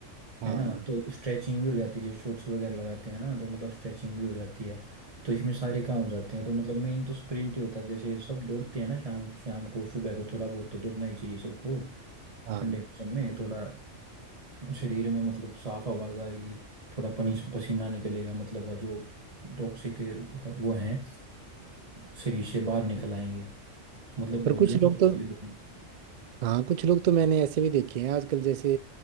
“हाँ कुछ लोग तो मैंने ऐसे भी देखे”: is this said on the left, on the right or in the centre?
Right